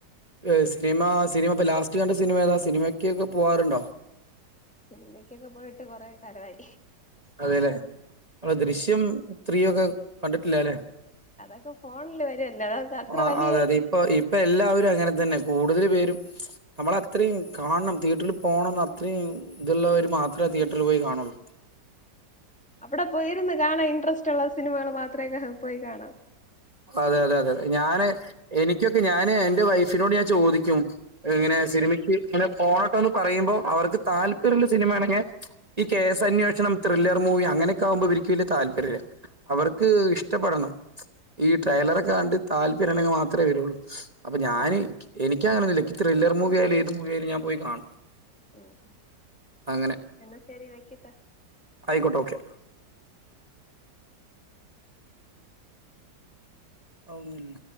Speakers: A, on the right (about 25°); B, in the centre.
A: ഏഹ് സിനിമ സിനിമ ഇപ്പം ലാസ്റ്റ് കണ്ട സിനിമ ഏതാ? സിനിമക്ക് പോവാറുണ്ടോ?
B: സിനിമയ്ക്കൊക്കെ പോയിട്ട് കുറേ കാലമായിരിക്കും
A: അതെ ല്ലെ, അപ്പോ
B: ആഹ്
A: ദൃശ്യം ത്രീ ഒക്കെ കണ്ടിട്ടില്ലല്ലെ
B: അതൊക്കെ
A: <inaudible>
B: ഫോണില് വരുവല്ലോ അതൊക്കെ അത്ര
A: ആഹ്
B: വലിയ
A: അതെ അതെ
B: ഇതില്ല
A: ഇപ്പൊ ഇപ്പൊ എല്ലാവരും അങ്ങനെ തന്നെ കൂടുതല് പേ <unintelligible> നമ്മളത്രിമ് കാണണം തീയേറ്ററിൽ പോകണംന്ന് അത്രിമ് ഇതുള്ളരു മാത്ര തീയേറ്ററിൽ പോയി കാണൊള്ളൂ
B: അവിടെ പോയിരുന്ന് കാണാൻ ഇൻട്രസ്റ്റ്ള്ള സിനിമകൾ മാത്രേ പോയി കാണു
A: അതെ അതെ അതെ ഞാന് എനിക്കൊക്കെ ഞാന് എന്റെ വൈഫിനോട് ഞാൻ ചോദിക്കും ഇങ്ങനെ സിനിമയ്ക്ക് ഇങ്ങനെ പോണട്ടോ എന്ന് പറയുമ്പോ അവർക്ക് താല്പര്യമുള്ള സിനിമയാണെങ്കിൽ ഈ കേസ
B: ഉം
A: അന്വേഷണം
B: ഉം
A: ത്രില്ലർ മൂവി അങ്ങനെയൊക്കെ ആവുമ്പോ ഇവർക്ക് വല്യ താല്പര്യല്ല അവർക്ക്
B: ആഹ്
A: ഇഷ്ടപ്പെടണം ഈ
B: ആഹ്
A: ട്രെയിലറൊക്കെ
B: ഉം ഉം
A: കണ്ട് താല്പര്യണ്ടെങ്കിൽ മാത്രേ വരുള്ളൂ, അപ്പൊ ഞാന്
B: ഉം
A: എനിക്കങ്ങനൊന്നുല്ല ത്രില്ലർ മൂവിയായാലും ഏത് മൂവിയായാലും ഞാൻ പോയി കാണും.
B: ഹ്മ്മ്, ഹ്മ്മ്
A: അങ്ങനെ
B: എന്നാ ശെരി വെക്കട്ടേ
A: ആയിക്കോട്ടെ ഓക്കെ. അതൊന്നുല്ല